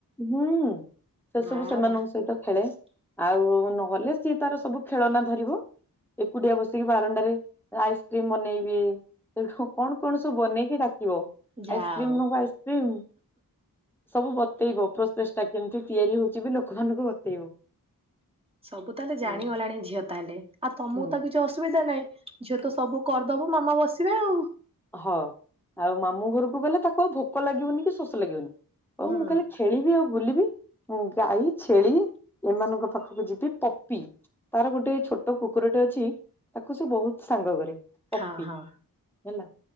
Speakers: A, in the centre; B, on the right.
A: ହୁଁ ସେସବୁ
B: ବା
A: ସେମାନଙ୍କ
B: ବା
A: ସହିତ ଖେଳେ। ଆଉ ନହେଲେ ସିଏ ତାର ସବୁ ଖେଳନା ଧରିବ ଏକୁଟିଆ ବସି କି ବାରଣ୍ଡାରେ ଆଇସ୍କ୍ରିମ ବନେଇବି ସେ କଣ କଣ ସବୁ ବନେଇକି ଡାକିବ
B: ଯାହା
A: ଆଇସ୍କ୍ରିମ
B: ହଉ
A: ନବ ଆଇସ୍କ୍ରିମ। ସବୁ ବତେଇବ ପ୍ରୋସେସ ଟା କେମିତି ତିଆରି ହଉଛି ବି ଲୋକମାନଙ୍କୁ ବତେଇବ।
B: ସବୁ ତାହେଲେ ଜାଣିଗଲାଣି
A: ଆଉ
B: ଝିଅ ତାହେଲେ ଆଉ ତମକୁ
A: ହୁଁ।
B: ତ କିଛି ଅସୁବିଧା ନହିଁ। ଝିଅ ତ ସବୁ କରିଦବ ମାମା ବସିବେ ଆଉ।
A: ହ ଆଉ ମାମୁଁ ଘରକୁ ଗଲେ ତାକୁ ଆଉ ଭୋକ ଲାଗିବନି କି ଶୋଷ ଲାଗିବନି। ହଉ
B: ହୁଁ
A: ମୁଁ ଖାଲି ଖେଳିବି ଆଉ ବୁଲିବି। ମୁଁ ଗାଈ ଛେଳି ଏମାନଙ୍କ ପାଖକୁ ଯିବି ପପି। ତାର ଗୋଟେ ଛୋଟ କୁକୁରଟେ ଅଛି ତାକୁ ସେ ବହୁତ ସାଙ୍ଗ କରେ। ପପି
B: ହଁ ହଁ।
A: ହେଲା।